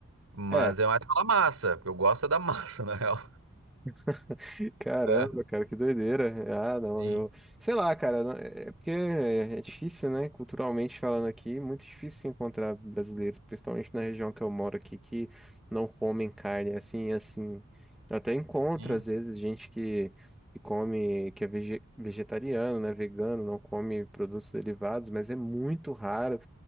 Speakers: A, on the right; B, in the centre.
A: Mas
B: É,
A: é mais pela massa, porque eu gosto é da massa, <laughs> na real.
B: <laughs> caramba,
A: É,
B: cara, que doideira. Ah, não,
A: sim,
B: eu. Sei lá, cara, não- é é porque é é difícil, né? Culturalmente falando aqui, muito difícil se encontrar brasileiros, principalmente na região que eu moro aqui, que não comem carne assim, assim. Eu até encontro,
A: sim,
B: às vezes, gente que, que come, que é vege- vegetariano, né? Vegano, não come produtos derivados, mas é muito raro.